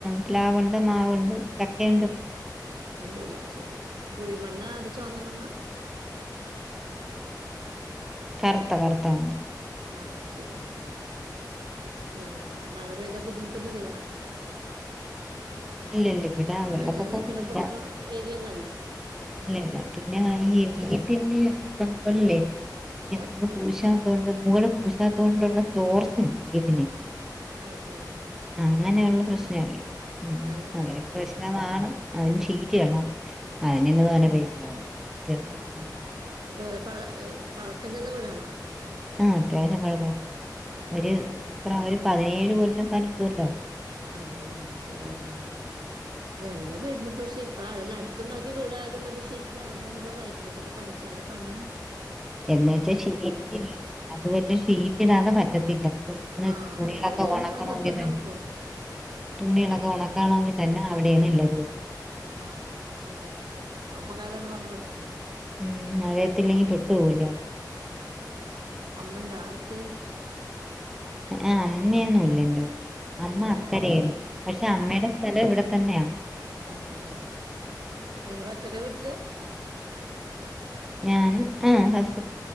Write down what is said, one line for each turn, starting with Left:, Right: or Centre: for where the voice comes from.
Centre: പിലാവുണ്ട്, മാവുണ്ട്. ചക്കയുണ്ട്
Right: ആഹ കണ്ടില്ലെ അശരി പുഴിമണ്ണ അത് ചുവന്നമണ്ണ.
Centre: കറുത്ത കറുത്താണ്.
Right: ആഹ ശരിയാ ആഹാ. പിന്നെ മഴ പെയ്താ ബുദ്ധിമുട്ടൊന്നും ല്ലല്ലോ ആഹ
Centre: ഇല്ല ല്ല ഇവിട വെള്ള
Right: വെള്ളം
Centre: പ്പൊ ക്കൊന്നും
Right: നിക്കണ പ്രശ്നം
Centre: ല്ല
Right: ഏരിയൊന്നല്ല
Centre: ഇല്ല ല്ല പിന്നെന്നാ
Right: ഇല്ല
Centre: ഈ വീട്ടിന്ന് നമ്മള്ല്ലേ
Right: ഓയ്
Centre: നമ്മള് പൂശാത്തോണ്ട് മുകള് പൂശാത്തോണ്ട് ള്ള ചോർച്ചണ്ട് വീട്ന്
Right: അഹ് ശരി ആഹ്
Centre: അങ്ങനെള്ള പ്രശ്നം ഉം
Right: അതെല്ലേ
Centre: അതെ
Right: അത്
Centre: പ്രശ്നമാണ്
Right: ശരി
Centre: അയ്ന് ഷീറ്റ് ഇയണ്ണം അയ്ന് ന്നെ തോനെ പൈസാവും ഷീറ്റ് ഇടണോടത്ത്
Right: ആ ഇക്ക് പ പഴക്കം ചെന്ന വീടാണോ
Centre: ആ അത്യാവശ്യം പഴക്കെക്കെള്ള വീടാ
Right: ആഹ്
Centre: ഒര്
Right: അപ്പൊ പിന്നെ
Centre: പ്ര ഒര് പതിനേഴ് കൊല്ലം പതിനെട്ട് കൊല്ലാവും
Right: അതല്ലേ അഹ് ശരി ആഹ് എല്ലാ വീട് നും പ്പൊ ഷിപ്പാ അല്ല അട്ത്ത്ണ്ടാക്കി വീടായാലും അത്ഷീറ്റ് വേണംന്ന്റഞ്ഞ പോലെയിക് ണ് പ്പത്തെ പണി കാരെ പണിം
Centre: എന്ന് വച്ച് ഷീറ്റ് ല്ല അതും അല്ല ഷീറ്റ് ഇടാതെ പറ്റത്തില്ല എന്ന് വെച്ച്
Right: ആഹ്
Centre: തുണികളൊക്കെ
Right: എല്ലാ വീടിനും
Centre: ഒണക്കണൊങ്കിതന്നെ
Right: അത് നിർബന്ധാണ് ഇപ്പോ
Centre: തുണിയൊളൊക്കെ ഒണക്കാണങ്കി തന്നെ അവിടെ ഞ്ഞ് ള്ളത് വേണ്ണം
Right: ആഹ് ശരിയാണ് ഇട്ടാ ഉപകാരാണ് പറഞ്ഞ പോലെ
Centre: ഉം മഴയത്ത് ല്ലങ്കി പെട്ടൊ ഹും ല്ലാ
Right: ആ അമ്മണ്ടാ അട്ത്ത്
Centre: ആഹ് അമ്മയൊന്നും ല്ല ഇന്റെ <inaudible> അമ്മ
Right: ഇല്ലല്ലേ
Centre: അക്കരെണ് പക്ഷെ അമ്മേടെ
Right: ആഹ്
Centre: സ്ഥലം ഇവിടെത്തന്നെ
Right: ഓക്കെല്ലേ നിങ്ങള് ഒറ്റക്ക വീട്ടില്
Centre: ഞാനും ആ ഹസ്